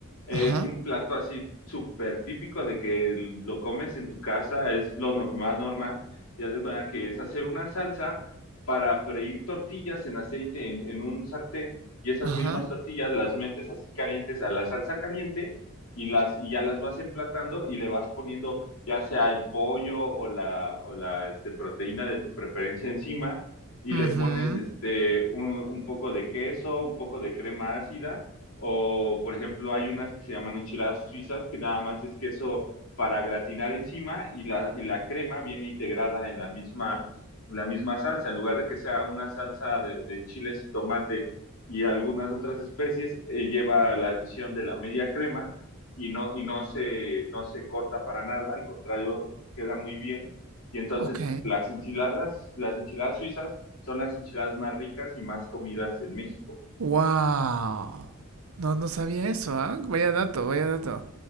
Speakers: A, on the left; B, on the right.
A: eh,
B: ajá,
A: es un plato así súper típico de que lo comes en tu casa, es lo no- más normal. Ya de cuenta que es hacer una salsa para freír tortillas en aceite en en un sartén y esas
B: ajá.
A: mismas tortillas las metes así calientes a la salsa caliente y las y ya las vas emplatando y le vas poniendo ya sea el pollo o la o la este, proteína de tu preferencia encima y
B: mhm,
A: le pones este un, un poco de queso, un poco de crema ácida o por ejemplo hay unas que se llaman enchiladas suizas que nada más es queso para gratinar encima y la y la crema viene integrada en la misma la misma salsa en lugar de que sea una salsa de, de chiles y tomate y algunas otras especies, eh, lleva la adición de la media crema y no, y no se, no se corta para nada, al contrario, queda muy bien. Y entonces
B: Ok.
A: las enchiladas, las enchiladas suizas son las enchiladas más ricas y más comidas en México.
B: Wow. No, no sabía eso, ¿ah? Vaya dato, vaya dato.